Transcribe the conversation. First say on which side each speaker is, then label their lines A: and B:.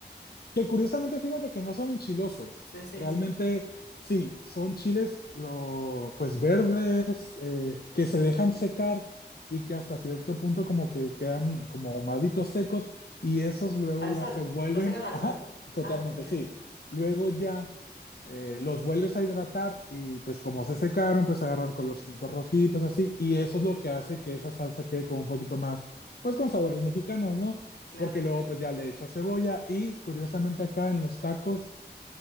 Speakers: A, on the left (about 60°); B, on the left (about 80°).
A: Que curiosamente, fíjate que no son enchilosos
B: su esencia.
A: Realmente, sí, son chiles lo, pues verdes, eh, que se dejan secar y que hasta cierto punto como que quedan como ahumaditos secos y esos luego
B: Al
A: ya
B: sol,
A: se vuelven,
B: lo secan al
A: ajá,
B: sol.
A: totalmente,
B: Ah, genial.
A: sí. Luego ya eh, los vuelves a hidratar y pues como se secaron, pues agarran colorcitos rojitos así y eso es lo que hace que esa salsa quede como un poquito más, pues con sabores mexicanos, ¿no?
B: Claro,
A: Porque
B: claro.
A: luego pues ya le echas cebolla y curiosamente acá en los tacos,